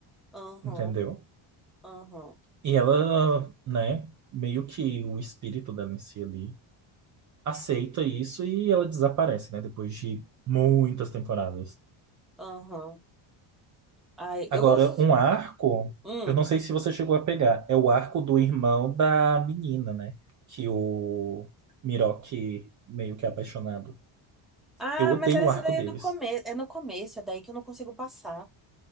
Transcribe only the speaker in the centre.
uhum,
uhum,
uhum. Ai,
eu gosto.
Hum.
Ah,
mas essa
daí
é no começo, é no começo, é daí que eu não consigo passar.